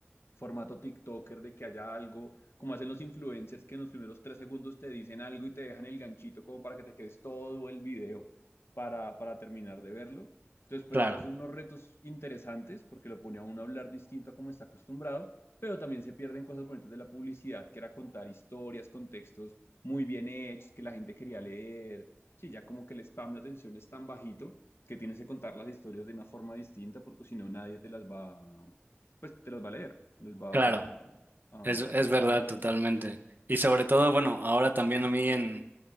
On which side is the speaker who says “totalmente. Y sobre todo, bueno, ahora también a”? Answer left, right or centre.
Right